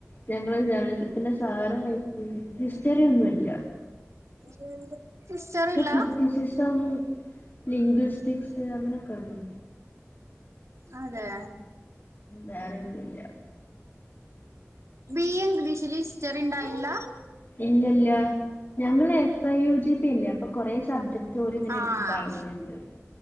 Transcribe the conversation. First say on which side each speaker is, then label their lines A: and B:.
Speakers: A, on the left (about 45°); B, on the right (about 75°).
A: ഞങ്ങളെ ജേണലിസത്തിന്റെ സാറമായിട്ട ഹിസ്റ്ററിന്നുംല്ല.
B: ഇ ഇണ്ട്. ഇസ്റ്ററില്ലാ.
A: ക്രിറ്റിസിസം ലിംഗ്വിസ്റ്റിക്സ് അങ്ങനൊക്കെ ഉള്ളു
B: അതെ
A: വേറെ ഒന്നുമില്ല
B: ബി എ ഇംഗ്ലീഷിൽ ഇസ്റ്ററിണ്ടായില്ല
A: ഇല്ലല്ല ഞങ്ങള് F I U G P അല്ലേ അപ്പൊ കൊറേ സബ്ജക്ട് ഓരിങ്ങനെ
B: ആഹ്
A: എടുത്ത് കളഞ്ഞിണ്ട്